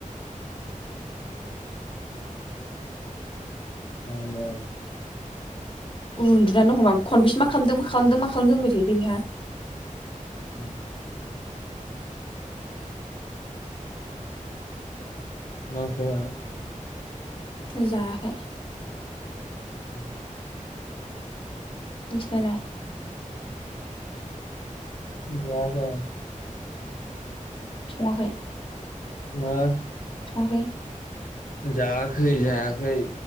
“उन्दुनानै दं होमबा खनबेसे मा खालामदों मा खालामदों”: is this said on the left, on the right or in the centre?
Left